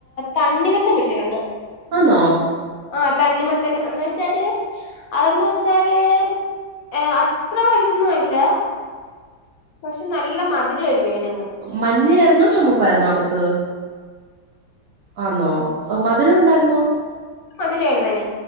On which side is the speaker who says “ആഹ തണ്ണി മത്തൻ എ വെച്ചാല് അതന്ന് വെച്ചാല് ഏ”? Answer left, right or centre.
Left